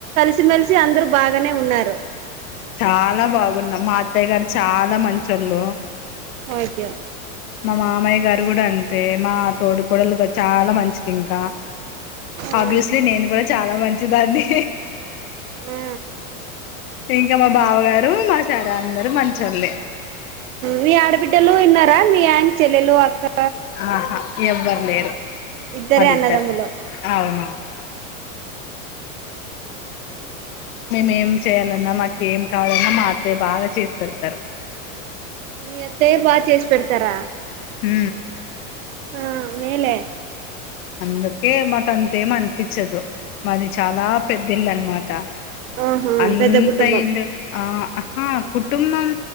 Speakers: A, on the right; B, on the left.
A: సిమెలిసి అందరు బాగానే ఉన్నారు
B: చాలా బాగున్నాం మా అత్తయ్య గారు చాలా మంచోళ్ళు
A: ఓకే
B: మా మామయ్య గారు కూడా అంతే మా తోడికోడలు చాలా మంచిది ఇంకా
A: ఆ
B: ఆబ్వియస్లీ నేను కూడా చాలా మంచిదాన్ని
A: ఆ
B: ఇంకా మా బావగారు మా సార్ అందరు మంచోళ్లే
A: మీ ఆడబిడ్డలు ఉన్నారా మీ అయనకి చెల్లెలు అక్కలు
B: ఆహా ఎవ్వరు లేరు
A: ఇద్దరే
B: వాళ్ళిద్దరే
A: అన్నదమ్ములు
B: అవునవును మేమేం చేయ్యాలన్నా నాకేం కావాలన్నా మా అత్తయ్య బాగా చేసి పెడతారు
A: మీ అత్తయ్య బాగా చేసి పెడతారా
B: ఉ
A: ఆ మేలే
B: అందుకే మాకు అంత ఏం అనిపించదు మాది చాలా పెద్దిల్లు అన్నమాట
A: ఆహా
B: అంతయుండు
A: పెద్ద కుటుంబం
B: ఆ ఆహా కుటుంబం